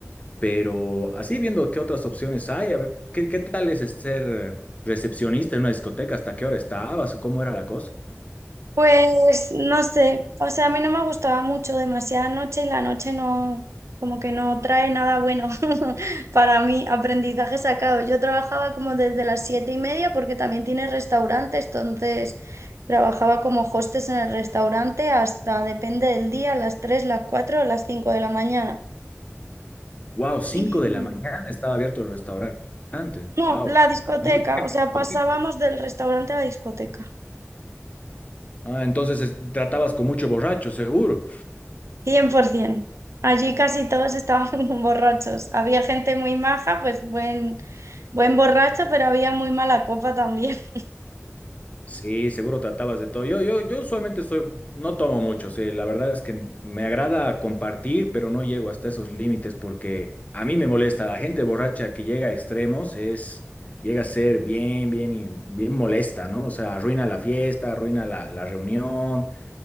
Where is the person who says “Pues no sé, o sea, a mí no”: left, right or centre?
Right